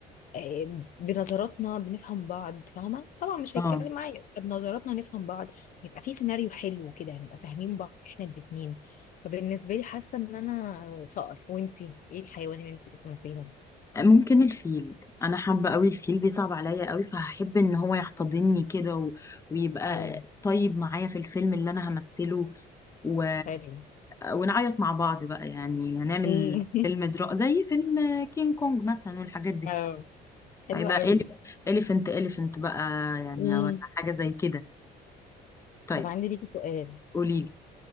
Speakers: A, on the left; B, on the left.
A: آه، بنظراتنا بنفهم بعض فاهمه طبعا مش
B: اه
A: هيتكلم معايا يبقى بنظراتنا نفهم بعض يبقى في سيناريو حلو كده نبقى فاهمين بعض احنا الاتنين فبالنسبه لي حاسه ان انا صقر وانتي ايه الحيوان اللي نفسك تمثليه
B: ممكن الفيل انا حابه قوي الفيل بيصعب عليا قوي فهحب ان هو يحتضنني كده و... ويبقى
A: مم،
B: طيب معايا في الفيلم اللي انا همثله و...
A: حلو
B: ونعيط مع بعض بقى يعني هنعمل
A: <laughs>
B: فيلم درا زي فيلم كينج كونج مثلا والحاجات دي
A: اه حلو
B: هيبقى
A: قوي
B: إليف... اليفنت اليفنت بقى يعني
A: امم
B: أو حاجه زي كده طيب
A: طب عندي ليكي سؤال
B: قولي